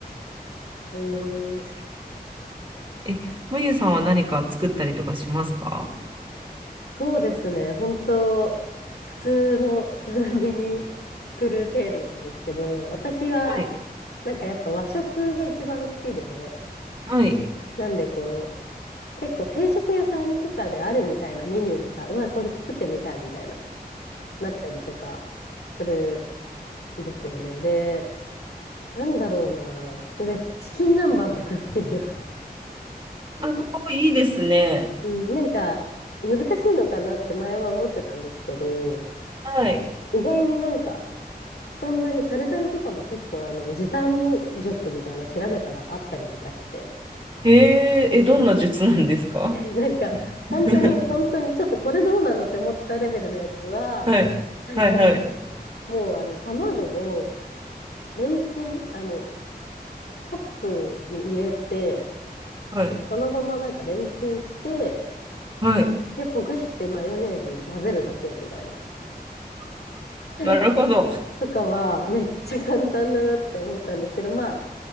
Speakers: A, on the left; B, on the right.
A: えー、
B: そうなんですよえ、まゆさんは何か作ったりとかしますか
A: そうですね。本当普通の人並みに作る程度なんですけど、私は、
B: はい。
A: なんかやっぱ和食が一番好きで、
B: はい。
A: なんでこう、結構定食屋さんとかであるみたいなメニューとか、うわ、これ作ってみたいみたいな、なったりとかするんですよね。で、なんだろうな。でチキン南蛮とか好きです。
B: すごいいいですね。
A: うん、なんか、難しいのかなって前は思ってたんですけど、
B: はい。
A: 意外になんか、そんなにタルタルとかも結構あの時短術みたいな調べたらあったりとかして
B: へえ、え、どんな術なんですか
A: <laughs> なんか本当に本当にちょっとこれどうなのって思ったレベルのやつはなんか
B: <laughs> はい。はいはい
A: もうあの卵をレンチン、あのカップに入れて、
B: はい。
A: もうそのままなんかレンチンして、
B: はい。
A: で、ほぐしてマヨネーズ混ぜるだけみたいな。<laughs>
B: なるほど。
A: とかはめっちゃ簡単だなって思ったんですけど、まあ、